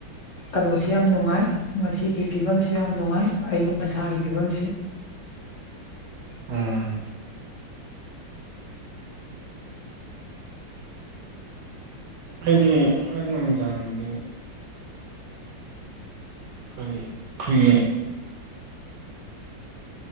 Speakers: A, on the left (about 45°); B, on the right (about 65°).
A: ꯀꯩꯅꯣꯁꯤ ꯌꯥꯝ ꯅꯨꯡꯉꯥꯏ ꯉꯁꯤꯒꯤ ꯐꯤꯕꯝꯁꯤ ꯌꯥꯝ ꯅꯨꯡꯉꯥꯏ ꯑꯏꯪ ꯑꯁꯥꯒꯤ ꯐꯤꯕꯝꯁꯤ
B: ꯎꯝ ꯑꯩꯗꯤ ꯅꯨꯃꯤꯗꯥꯗꯤ ꯀꯔꯤ ꯑꯩꯈꯨꯏꯒꯤ